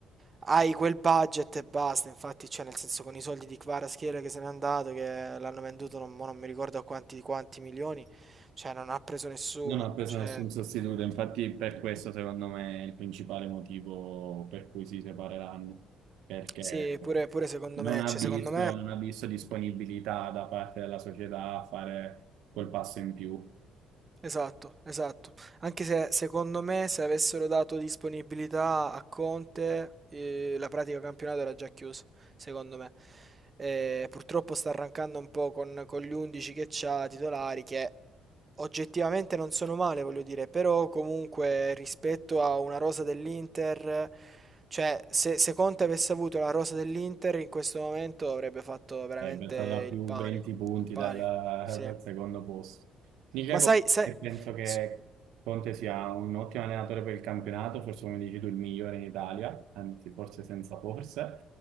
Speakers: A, on the right; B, on the right.
A: hai quel budget e basta. Infatti, cioè, nel senso, con i soldi di Kvaratskhelia che se n'è andato, che l'hanno venduto, non, mo non mi ricordo a quanti, quanti milioni, cioè, non ha preso nessuno.
B: Non ha preso
A: Cioè,
B: nessun sostituto, infatti per questo secondo me è il principale motivo per cui si separeranno, perché
A: sì, pure, pure secondo
B: non
A: me,
B: ha
A: cioè,
B: visto,
A: secondo me,
B: non ha visto disponibilità da parte della società a fare quel passo in più.
A: esatto, esatto. Anche se secondo me, se avessero dato disponibilità a Conte, eh, la pratica campionato era già chiusa. secondo me. Eh, purtroppo sta arrancando un po' con, con gli 11 che c'ha titolari che oggettivamente non sono male, voglio dire, però comunque rispetto a una rosa dell'Inter, cioè se, se Conte avesse avuto la rosa dell'Inter in questo momento avrebbe fatto veramente
B: Sarebbe stata più
A: il panico,
B: 20 punti
A: il panico,
B: dal, dal
A: sì.
B: secondo posto. Dice
A: Ma
B: Conte
A: sai, sai,
B: che penso che
A: s-
B: Conte sia un ottimo allenatore per il campionato, forse come dici tu il migliore in Italia, anzi forse senza forse,